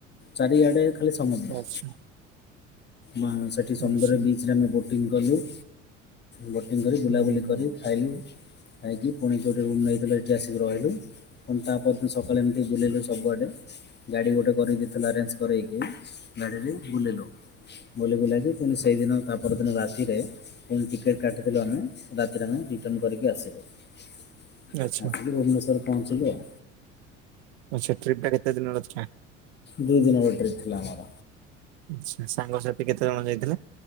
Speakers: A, on the left (about 25°); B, on the right (about 60°).
A: ଚାରିଆଡ଼େ ଖାଲି ସମୁଦ୍ର।
B: ଆଚ୍ଛା
A: ମା ସେଠି ସମୁଦ୍ର
B: ଆଚ୍ଛା
A: ରେ ବିଚ୍ ରେ ଆମେ ବୋଟିଂ କଲୁ। ବୋଟିଂ କରି
B: ହୁଁ
A: ବୁଲାବୁଲି
B: ହୁଁ ଆଚ୍ଛା
A: କରି
B: ହୁଁ
A: ଖାଇଲୁ ଖାଇକି ପୁଣି ଯଉଠି ରୁମ୍ ନେଇଥିକୁ ହେଠି ଆସିକି ରହିଲୁ। ଫୁଣି ତାପଦିନ ସକାଳେ ଏମିତି ବୁଲିଲୁ ସ ଗୁଆଟେ ଗାଡ଼ି ଗୋଟେ କରିକି ଥିଲା ଆରେଞ୍ଜ କରେଇକି ଗାଡ଼ିରେ ବୁଲିଲୁ। ବୁଲି ବୁିଲାଇକି ପୁଣି ସେଇଦିନ ତା ପରଦିନ ରାତି ରେ ପୁଣି ଟିକେଟ୍ କାଟିଥିଲୁ ଆମେ ରାତିରେ ଆମେ ରିଟର୍ଣ୍ଣ କରିକି ଆସିଲୁ। ଆସିକୁ
B: ଆଚ୍ଛା
A: ଭୁବନେଶ୍ୱରରେ ପହଞ୍ଚିଲୁ ଆଉ।
B: ଆଛା ଟ୍ରିପ୍ ଟା କେତେ ଦିନର ଥିଲା?
A: ଦୁଇ ଦିନର ଟ୍ରିପ୍ ଥିଲା ଆମର।
B: ଆଛା ସାଙ୍ଗସାଥି କେତେ ଜଣ ଯାଇଥିଲେ?